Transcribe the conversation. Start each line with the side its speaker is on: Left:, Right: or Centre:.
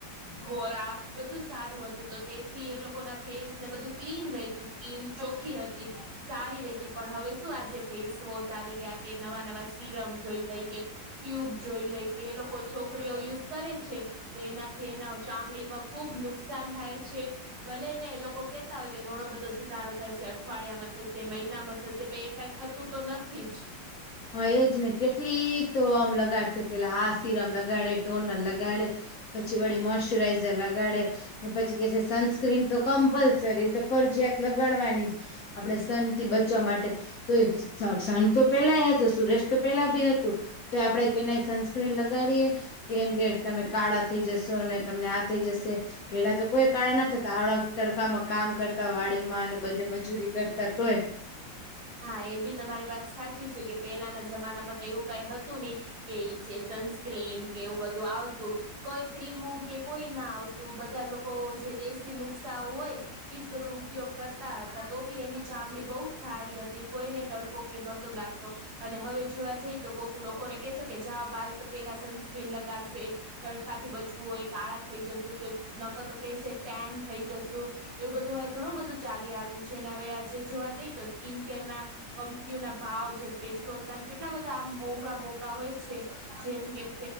Right: ખોરાક, બધું સારું હતું તો તેથી એ લોકોના ફેસને બધું ક્લીન રહેતું સ્કીન ચોખ્ખી હતી, એ <inaudible> સારી રેતી પણ, હવે શું આજે ફેસ વોશ આવી ગયા કે નવા નવા સિરમ જોઈ લઈ કે, ટ્યુબ જોઈ લે કે એ લોકો છોકરીઓ યુઝ કરે છે. તો એનાથી એના ચામડીમાં ખુબ નુકસાન થાય છે. ભલે ને એ લોકો કેતા હોય કે ઘણો બધો સુધારો થશે, અઠવાડિયામાં થશે મહિનામાં થશે, પણ એ કઈ થતું તો નથી જ.
Left: હા એજ ને કેટલી તો આમ લગાડશે પેલા આ સીરમ લગાડે ટોનર લગાડે પછી વળી મોશ્ચરાઈઝર લગાડે, ને પછી કે છે સનસ્ક્રીન તો કમ્પલસરી તો ફરજીયાત લગાડવાની જ, આપડે સન થી બચવા માટે તો સન તો પેલા હતા સુરજ તો પેલા બી હતું તો આપડે કને સનસ્ક્રીન લગાડીએ, કેમ કે તમે કાળા થઈ જશો અને તમને આ થઈ જશે, પેલા તો કોઈ કાળા ના થતા આવડા તડકામાં કામ કરતા વાડીમાં અને બધ મજૂરી કરતા તોય,
Right: હા એ બી તમારી વાત સાચી છે, કે પેલાના જમાનામાં તો એવું કઈ હતું નહી. કે જે સનસ્ક્રીન કે એવું બધું આવતું, કોઈ ક્રીમ કે કોઈ ના આવતું બધા લોકો જે દેશી નુ, નુષ્કા હોય જ બધું ઉપયોગ કરતા હતા તો બી એની ચામડી બહુ જ સારી હતી, કોઈને તડકો કે નતો લાગતો, તો અને હવે જોવા જઈ તો કોક લોકોને કેહેસો કે જાઓ બાર તો પેલા સનસ્ક્રીન લગાડશે, તડકાથી બચવું હોય કાળા થઈ જશું, નકર તો કેસે ટેન થઈ જસુ એવું બધું હવે ઘણું બધું ચાલી આવ્યું. છેને હવે આજે જોવા જઈએ તો સ્કીિન કેરના કંપનીઓના ભાવ જે ફેસવોશ, કેટલા બધા આ મોંઘા મોંઘા હોય છે જેમ કે